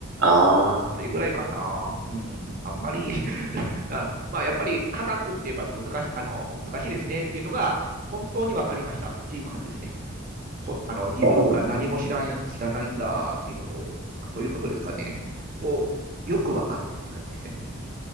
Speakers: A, on the right; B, on the right.
A: ああ
B: それぐらいかな。うん、あんまり <laughs> あまあ、やっぱり科学って言えば難しい、あの、難しいですねっていうのが、本当に分かりましたっていう感じですね。ほあの自分が何も知らん知らないんだっていうのと、
A: いやでも
B: そういうことですかね。をよく分かったって感じですね。